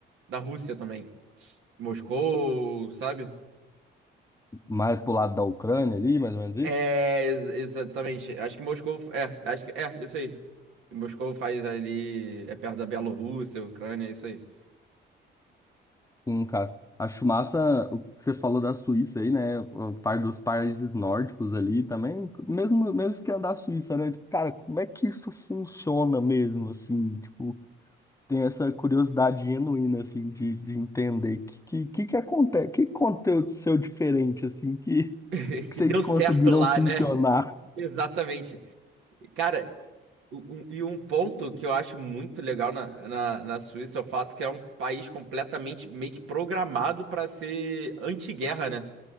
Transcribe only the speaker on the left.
mais pro lado da Ucrânia ali, mais ou menos isso.
Sim, cara. Acho massa o que você falou da Suíça aí, né? O par dos países nórdicos ali também, mesmo, mesmo que é da Suíça, né? Tipo, cara, como é que isso funciona mesmo, assim? Tipo, tem essa curiosidade genuína, assim, de, de entender que, que, que, que acontece, que que aconteceu diferente, assim, que,
que
vocês
conseguiram
funcionar.